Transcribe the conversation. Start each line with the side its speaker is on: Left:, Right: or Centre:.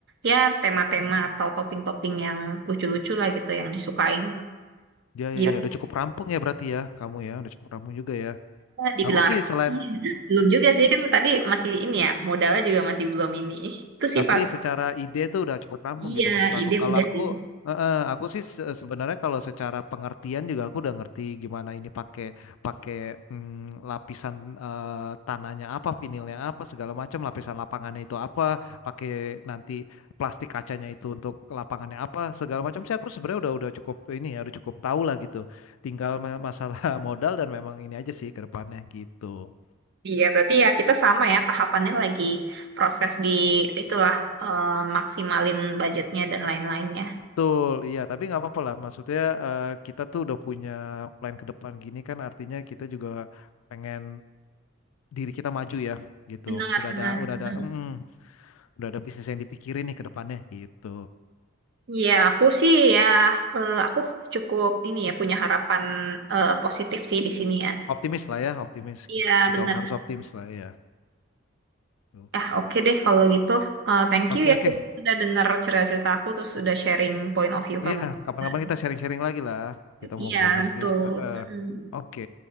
Right: ya tema-tema atau topping-topping yang lucu-lucu lah gitu yang disukain.
Left: Ya
Right: Gitu
Left: ya ya udah cukup rampung ya berarti ya kamu ya, udah cukup rampung juga ya.
Right: dibilang
Left: Aku sih
Right: rapi.
Left: selain
Right: belum juga sih kan tadi masih ini ya modalnya juga masih belum ini. Itu sih
Left: Tapi
Right: paling
Left: secara ide tuh udah cukup rampung
Right: iya
Left: gitu maksud aku.
Right: ide
Left: Kalau
Right: udah
Left: aku,
Right: sih.
Left: eh, eh, aku sih se- sebenarnya kalau secara pengertian juga aku udah ngerti gimana ini pakai pakai mm, lapisan eh, tanahnya apa, vinilnya apa, segala macam, lapisan lapangannya itu apa, pakai nanti plastik kacanya itu untuk lapangannya apa, segala macam sih aku sebenarnya udah udah cukup ini ya, udah cukup tahu lah gitu. Tinggal ma- masalah <laughs> modal dan memang ini aja sih ke depannya gitu.
Right: Iya, berarti ya kita sama ya tahapannya lagi proses di itulah eh, maksimalin budgetnya dan lain-lainnya.
Left: Betul, iya, tapi nggak apa-apa lah. Maksudnya eh, kita tuh udah punya plan ke depan gini kan, artinya kita juga pengen diri kita maju ya, gitu.
Right: Benar,
Left: Udah
Right: benar,
Left: ada, udah
Right: benar.
Left: ada, mm, udah ada bisnis yang dipikirin nih ke depannya, gitu.
Right: Iya, aku sih ya eh, aku cukup ini ya punya harapan eh, positif sih di sini ya.
Left: Optimis lah ya, optimis.
Right: Iya,
Left: Kita
Right: benar,
Left: harus
Right: benar.
Left: optimis lah ya. Tuh.
Right: Ah, oke deh kalau gitu. Eh, thank
Left: Oke,
Right: you ya
Left: oke.
Right: sudah dengar cerita-cerita aku terus sudah sharing point of view
Left: Iya,
Right: kamu. juga.
Left: kapan-kapan kita sharing-sharing lagi lah. Kita mau
Right: Iya,
Left: buka
Right: tentu.
Left: bisnis. Eh, eh.
Right: Mm.
Left: Oke,